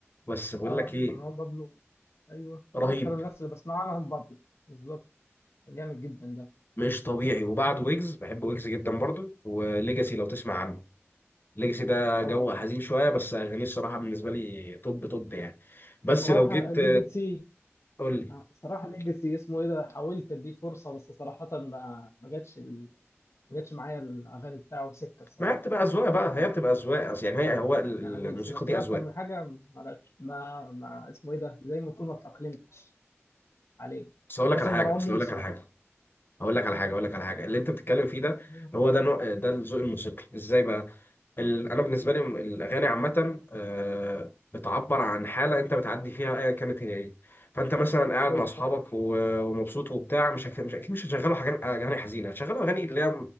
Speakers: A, on the left; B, on the left.
A: بس بقول
B: اه
A: لك ايه
B: مروان بابلو ايوه
A: رهيب
B: من اكتر الناس اللي بسمع لهم بابلو بالظبط جامد جدا ده
A: مش طبيعي وبعد ويجز بحب ويجز جدا
B: م.
A: برضو وليجاسي لو تسمع عنه
B: اه
A: ليجاسي ده
B: آه،
A: جو حزين شويه بس اغانيه الصراحه بالنسبه لي توب توب يعني بس
B: بصراحه
A: لو جيت
B: ليجاسي
A: قول لي
B: آه، صراحة ليجاسي اسمه ايه ده حاولت اديه فرصة بس صراحة ما ما جاتش ال... ما جاتش معايا الاغاني بتاعه سكة الصراحة
A: ما هي بتبقى اذواق بقى
B: خالص
A: هي بتبقى اذواق اصل يعني هي هو ال-
B: يعني
A: الموسيقى
B: سمعت
A: دي
B: له
A: اذواق
B: اكتر من حاجة ما جاتش ما, ما اسمه ايه ده زي ما تقول ما تأقلمتش عليه
A: بس اقول
B: يعني
A: لك
B: مثلا
A: على حاجه
B: مروان
A: اصل
B: موسى
A: اقول لك على حاجه اقول لك على حاجه اقول لك على حاجه اللي انت بتتكلم فيه ده
B: مم.
A: هو ده نوع ده الذوق الموسيقي ازاي بقى ال- انا بالنسبه
B: مم.
A: لي م- الاغاني عامه آه، بتعبر عن حاله انت بتعدي فيها ايا كانت هي ايه فانت مثلا قاعد
B: ايوه
A: مع اصحابك
B: صح
A: و- ومبسوط وبتاع مش هك- مش اكيد مش هتشغلوا حاجات اغاني حزينه هتشغلوا اغاني اللي هي